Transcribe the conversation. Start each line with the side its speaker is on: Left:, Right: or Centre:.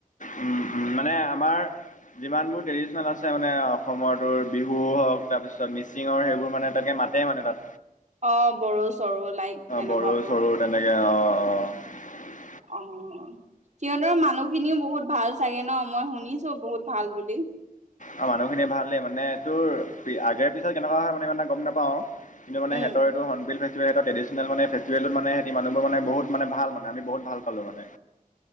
Left: উ, উ, মানে আমাৰ যিমানবোৰ ট্ৰেডিচনেল আছে মানে অসমৰ তোৰ বিহু হওক, তাৰপিছত মিচিঙৰ, সেইবোৰ মানে তাকে মাতে মানে মানে তাক
Right: অ, বড়ো চড়ো লাইক তেনেকুৱাবোৰ
Left: বড়ো চড়ো তেনেকে অ'
Right: অ' সিহঁতৰ মানুহখিনি বহুত ভাল চাগে ন,? মই শুনিছো বহুত ভাল বুলি
Left: অ, মানুহখিনি ভাল দেই মানে তোৰ, আগে পিছে কেনেকুৱা হয় মানে ইমানটা গম নাপাও কিন্তু মানে
Right: উম
Left: সিহঁতৰ এইটো হৰ্ণবিল সেয়াও এটা ট্ৰেডিচনেল মানে, ফেষ্টিভেলটোত মানে সিহঁতি মানুহবোৰ মানে বহুত ভাল মানে, আমি বহুত ভাল পালোঁ মানে